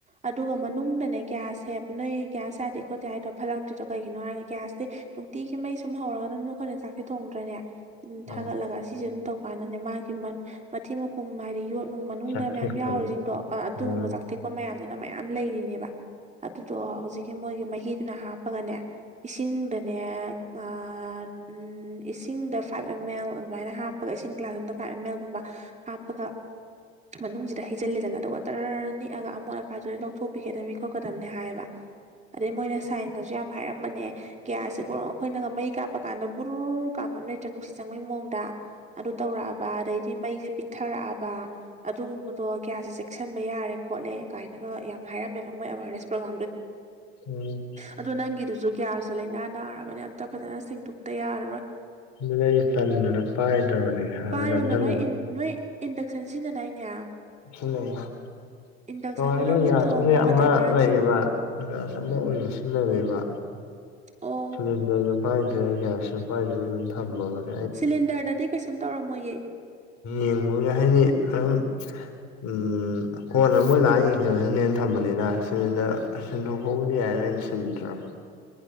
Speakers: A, on the right; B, on the left.
A: ꯑꯗꯨꯒ ꯃꯅꯨꯡꯗꯅꯦ ꯒ꯭ꯌꯥꯁꯁꯦ ꯅꯣꯏ ꯀ꯭ꯌꯥꯁ ꯌꯥꯗꯦ ꯈꯣꯠꯇꯦ ꯍꯥꯢꯗꯣ ꯐꯥꯠꯂꯛꯇ꯭ꯔꯤꯗꯣ ꯀꯔꯤꯒꯤꯅꯣ ꯍꯥꯢꯕ ꯀ꯭ꯌꯥꯁ ꯁꯦ ꯅꯨꯡꯇꯤꯒꯤ ꯃꯩ ꯁꯨꯝ ꯍꯧꯔꯒ ꯑꯗꯨꯝ ꯑꯩꯈꯣꯏꯅ ꯆꯥꯛꯁꯦ ꯊꯣꯡꯗ꯭ꯔꯅꯦ ꯑꯗꯨꯝ
B: ꯑ
A: ꯊꯥꯒꯠꯂꯒ ꯑꯁꯤꯁꯦ ꯑꯗꯨꯝ ꯇꯧꯀꯥꯟꯗꯅꯦ ꯃꯥꯒꯤ ꯃꯊꯤ ꯃꯀꯨꯝ ꯍꯥꯏꯗꯤ ꯌꯣꯠ ꯅꯨꯡ ꯃꯅꯨꯡꯗ
B: ꯁꯥꯊꯦꯛꯄꯗꯣ
A: ꯃꯌꯥꯝ ꯌꯥꯎꯔꯤꯁꯤꯡꯗꯣ ꯑꯗꯨꯒꯨꯝꯕ
B: ꯎꯝ
A: ꯆꯥꯛꯊꯦꯛꯄ ꯃꯌꯥꯝꯗꯨꯅ ꯃꯌꯥꯝ ꯂꯩꯔꯤꯅꯦꯕ ꯇꯣ ꯍꯧꯖꯤꯛꯀꯤ ꯃꯣꯏꯒꯤ ꯃꯍꯤꯗꯨꯅ ꯍꯥꯞꯄꯒꯅꯦ ꯏꯁꯤꯡꯗꯅꯦ ꯑꯥ ꯎꯝ ꯏꯁꯤꯡꯗ ꯐꯥꯏꯚ ꯑꯦꯝ ꯑꯦꯜ ꯑꯗꯨꯃꯥꯏꯅ ꯍꯥꯞꯄꯒ ꯏꯁꯤꯡ ꯒ꯭ꯂꯥꯁ ꯑꯃꯗ ꯐꯥꯏꯚ ꯑꯦꯝ ꯑꯦꯜꯒꯨꯝꯕ ꯍꯥꯞꯄꯒ ꯃꯅꯨꯡꯁꯤꯗ ꯍꯩꯖꯤꯜꯂꯦꯗꯅ ꯑꯗꯨꯒ ꯇꯔꯥꯔ ꯅꯤꯛꯑꯒ ꯑꯃꯛ ꯑꯀꯥꯏꯗꯧ ꯂꯧꯊꯣꯛꯄꯤꯒꯗꯕꯅꯤ ꯈꯣꯠꯀꯗꯝꯕꯅꯤ ꯍꯥꯏꯕ ꯑꯗꯩ ꯃꯣꯏꯅ ꯁꯥꯏꯟꯒꯁꯨ ꯌꯥꯝ ꯍꯥꯏꯔꯝꯕꯅꯦ ꯀ꯭ꯌꯥꯁꯤ ꯀꯣ ꯑꯩꯈꯣꯏꯅꯒ ꯃꯩ ꯀꯥꯞꯄ ꯀꯥꯟꯗ ꯕꯨ꯭ꯔꯨ ꯀꯥꯝꯕ ꯑꯃ ꯂꯩꯇ꯭ꯔꯥ ꯅꯨꯡꯁꯤꯠ ꯆꯪꯕꯩ ꯃꯑꯣꯡꯗ ꯑꯗꯨ ꯇꯧꯔꯛꯑꯕ ꯑꯗꯩꯗꯤ ꯃꯩꯁꯦ ꯄꯤꯛꯊꯔꯛꯑꯕ ꯑꯗꯨꯒꯨꯝꯕꯗꯣ ꯀ꯭ꯌꯥꯁꯦ ꯆꯦꯛꯁꯤꯟꯕ ꯌꯥꯔꯦ ꯈꯣꯠꯂꯦ ꯀꯥꯏꯅꯒ ꯌꯥꯝꯅ ꯍꯥꯏꯔꯝꯃꯦꯕ ꯃꯣꯏ ꯑꯦꯋꯥꯔꯅꯦꯁ ꯄ꯭ꯔꯣꯒ꯭ꯔꯝ
B: ꯎꯝ
A: ꯑꯗꯣ ꯅꯪꯒꯤꯗꯨꯁꯨ ꯀ꯭ꯌꯥꯁꯇꯨ ꯂꯩꯅꯥ ꯅꯥꯔꯕꯅꯤ ꯑꯝꯇ ꯐꯖꯅ ꯁꯦꯡꯇꯣꯛꯇ ꯌꯥꯔꯔꯣꯏ
B: ꯥꯑꯗꯨꯅ ꯑꯩ ꯇꯥꯟꯗꯅ ꯄꯥꯏꯗ꯭ꯔꯕꯅꯦ ꯍꯥꯟꯅ
A: ꯄꯥꯏꯔꯨꯅꯨ
B: ꯅꯝꯁꯤꯜꯂꯒ
A: ꯅꯣꯏ ꯅꯣꯏ ꯏꯟꯗꯛꯁꯟ ꯁꯤꯖꯤꯟꯅꯗꯥꯏꯅꯦ
B: ꯁꯤꯖꯤꯟꯅꯩꯌꯦ ꯑꯗꯣ
A: ꯏꯟꯗꯛꯁꯟꯗꯨꯅ
B: ꯇꯣꯉꯥꯟꯕ
A: ꯑꯗꯨꯝ
B: ꯒ꯭ꯌꯥꯁꯁꯨꯗꯤ
A: ꯊꯣꯡꯉꯣ
B: ꯑꯃ
A: ꯃꯇꯝ ꯈꯔꯗꯤ
B: ꯂꯩꯌꯦꯕ ꯑꯃ ꯑꯣꯏꯅ
A: ꯎꯝ
B: ꯁꯤꯖꯤꯟꯅꯕꯅꯦꯕ
A: ꯑꯣ
B: ꯁꯤꯂꯤꯟꯗꯔꯗꯨ ꯄꯥꯏꯗ꯭ꯔꯦ ꯒ꯭ꯌꯥꯁꯁꯨꯨ ꯄꯥꯏꯗꯕꯤ ꯑꯗꯨꯝ ꯊꯝꯃꯕꯅꯤ
A: ꯁꯤꯂꯤꯟꯗꯔꯗꯗꯤ ꯀꯩꯁꯨꯝ ꯇꯧꯔꯝꯃꯣꯏꯌꯦ
B: ꯌꯦꯡꯕꯅꯦ ꯍꯥꯏꯗꯤ ꯑꯗꯨꯝ ꯎꯝ ꯀꯣꯟꯅ ꯃꯣꯏ ꯂꯥꯛꯑ ꯌꯦꯡꯖꯖꯅꯤꯅ ꯊꯝꯕꯅꯤꯗ ꯁꯤꯂꯤꯟꯗꯔ ꯁꯤꯟꯗꯣꯛ ꯍꯧꯕꯗꯤ ꯌꯥꯏꯗ ꯑꯩꯅ ꯁꯤꯟꯗ꯭ꯔꯕ